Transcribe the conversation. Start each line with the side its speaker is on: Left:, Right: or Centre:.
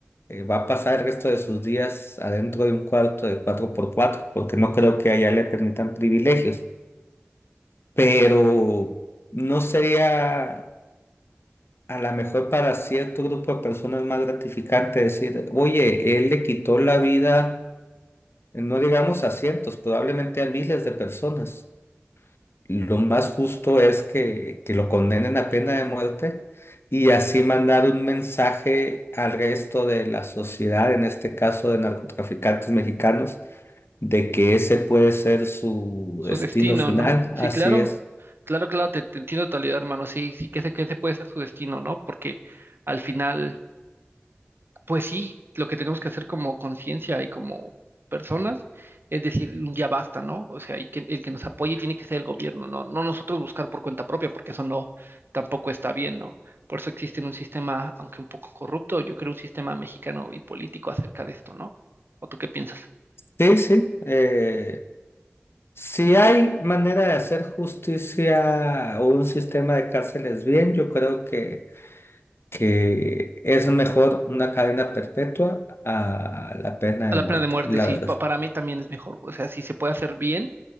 Left: Eh, va a pasar el resto de sus días adentro de un cuarto de cuatro por cuatro porque no creo que allá le permitan privilegios, pero no sería... A lo mejor para cierto grupo de personas más gratificante decir, oye, él le quitó la vida eh, no digamos a cientos, probablemente a miles de personas. Lo más justo es que, que lo condenen a pena de muerte y así mandar un mensaje al resto de la sociedad, en este caso de narcotraficantes mexicanos, de que ese puede ser su
Right: Su
Left: destino
Right: destino,
Left: final.
Right: ¿no? Sí,
Left: Así
Right: claro.
Left: es.
Right: Claro, claro, te, te entiendo en totalidad, hermano. Sí, sí, que ese, que ese puede ser su destino, ¿no? Porque al final. pues sí, lo que tenemos que hacer como conciencia y como personas es decir, ya basta, ¿no? O sea, y que el que nos apoye tiene que ser el gobierno, ¿no? No nosotros buscar por cuenta propia, porque eso no, tampoco está bien, ¿no? Por eso existe un sistema, aunque un poco corrupto, yo creo un sistema mexicano y político acerca de esto, ¿no? ¿O tú qué piensas?
Left: Sí, sí. eh, si hay manera de hacer justicia o un sistema de cárceles bien, yo creo que que es mejor una cadena perpetua a la pena
Right: A
Left: de
Right: la
Left: muerte,
Right: pena de muerte,
Left: la
Right: sí,
Left: verdad.
Right: pa- para mí también es mejor. O sea, si se puede hacer bien,